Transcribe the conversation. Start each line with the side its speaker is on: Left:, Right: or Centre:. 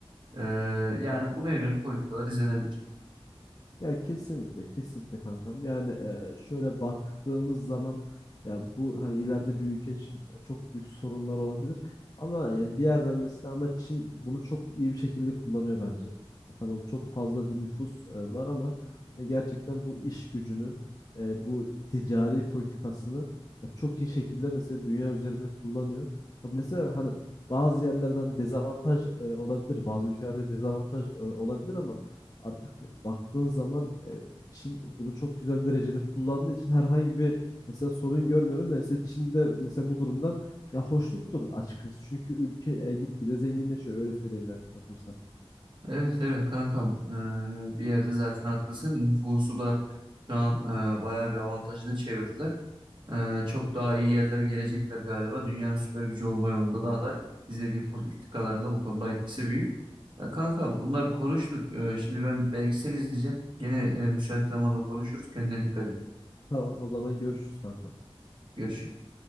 Right: E, yani buna yönelik politikalar izlenebilir.
Left: Ya kesinlikle, kesinlikle kankam. Yani e, şöyle baktığımız zaman ya bu hani ileride bir ülke için çok büyük sorunlar olabilir. Ama yani bir yerden mesela ama Çin bunu çok iyi bir şekilde kullanıyor bence. Ya tamam çok fazla bir nüfus e, var ama e, gerçekten bu iş gücünü, e, bu ticari politikasını e, çok iyi şekilde mesela dünya üzerinde kullanıyor. Ya mesela hani bazı yerlerden dezavantaj e, olabilir, bazı ülkelerde dezavantaj e, olabilir ama Artık baktığın zaman e, Çin bunu çok güzel derecede kullandığı için herhangi bir mesela sorun görmüyorum. Ben Mesela Çin'de mesela bu durumdan ya hoşnuttur açıkçası. Çünkü ülke e, gitgide zenginleşiyor öyle söyleyeyim yani kankam sana.
Right: Evet evet kankam Ee, bir yerde zaten haklısın nüfusu da şu an e, bayağı bir avantajını çevirdiler. Ee, çok daha iyi yerlere gelecekler galiba dünyanın süper gücü olma yolunda da aday izlediği politikalarında bu konuda etkisi büyük. Ya kankam bunları konuştuk Ee, şimdi ben belgesel izleyeceğim gene e, müsait zamanda konuşuruz kendine dikkat et
Left: Tamam o zaman görüşürüz kankam.
Right: görüşürüz.